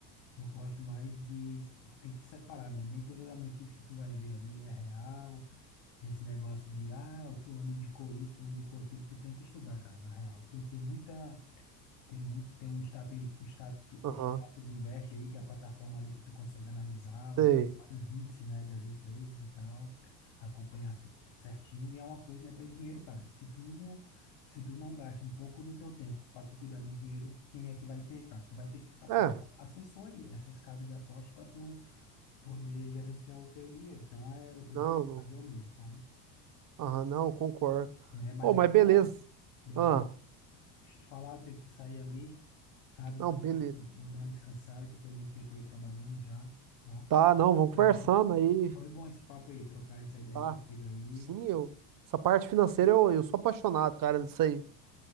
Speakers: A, on the left; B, on the right.
A: Eu gosto mais de. Tem que separar, né? Nem toda a notícia que tu vai ver ali é real. Esse negócio de, ah, o fulano indicou isso, fulano indicou aquilo, tu tem que estudar, cara, na real. Tem que ter muita tem muito, tem um status, o status,
B: aham,
A: o status investe aí, que é a plataforma ali que tu consegue analisar
B: sei.
A: vários índices, né, das empresas e tal, acompanhar ce- certinho, e é uma coisa, é teu dinheiro, cara. Se tu não, se tu não gasta um pouco do teu tempo para cuidar do dinheiro, quem é que vai ter, cara? Tu vai ter que ficar pagando
B: É,
A: um assessor aí, essas casas de aposta para tu poder gerenciar o teu dinheiro. Então, é, eu prefiro
B: não, não,
A: fazer o mesmo, sabe?
B: aham, não, concordo.
A: Né? Mas
B: oh
A: deixa
B: mas
A: eu te
B: beleza.
A: falar, beleza?
B: Ah,
A: Deixa eu te falar, eu tenho que sair ali, sabe?
B: não, beleza.
A: Vou, vou dar uma descansada, que eu tô muito tempo aí trabalhando já, tá?
B: Tá, não, vamos
A: Mas
B: conversando
A: aí,
B: aí.
A: foi bom esse papo aí, trocar essa ideia
B: Tá.
A: contigo aí.
B: Sim, eu. Essa parte financeira eu, eu sou apaixonado, cara, disso aí.